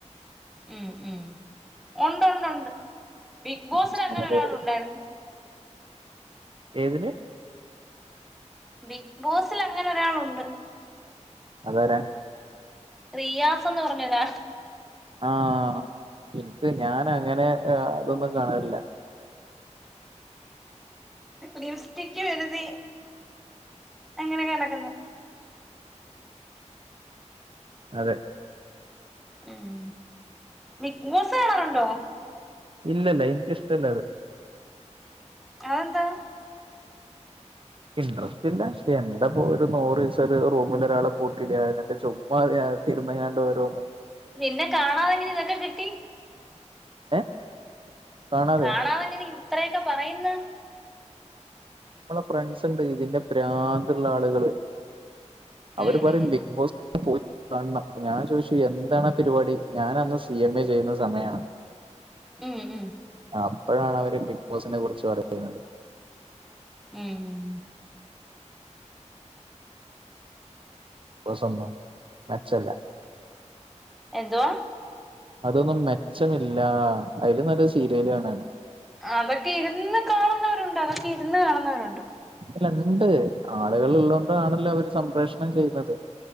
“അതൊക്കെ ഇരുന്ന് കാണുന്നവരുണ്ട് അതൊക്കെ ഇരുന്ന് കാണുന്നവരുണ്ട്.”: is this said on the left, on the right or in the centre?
Centre